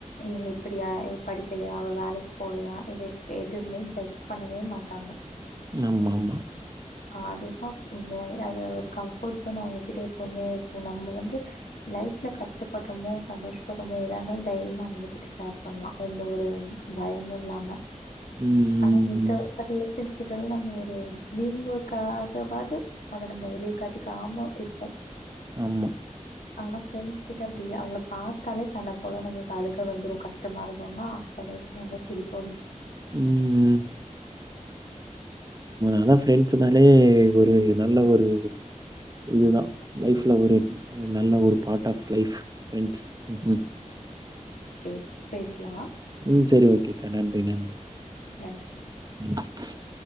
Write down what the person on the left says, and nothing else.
இவங்க இப்புடியா இவ படிக்கலையா அவ வேலைக்கு போகலையா இத எதுவுமே ஜட் பண்ணவே மாட்டாங்க
அதுதா உண்மையாவே அத ஒரு கம்போர்ட் ஜோன் அவுங்ககிட்ட எப்பவுமே இருக்கு நம்ம வந்து லைஃப்ல கஷ்டப்பட்றோமோ சந்தோஷப்பட்றமோ எதா இருந்தாலு தைரியமா அவுங்க கிட்ட ஷேர் பண்ணலா எந்த ஒரு பயமு இல்லாம
நம்ம
ச <unintelligible> ஃப்ரெண்ட்ஸ் கிட்டெல்லா நம்ம ஒரு திடீர்னு ஒர் காகவாது அத நம்ம வெளியே காட்டிக்காம இருக்கபோ
ஆனா ஃப்ரெண்ட்ஸ் ட்டு அப்டில்ல அவுங்கள பாத்தாலே தன்ன போல நம்ம அழுக வந்துரு கஷ்டமா இருந்தோம்னா சந்தோஷமா இருந்தா சிரிப்
சேரி பேசலா
நன்றி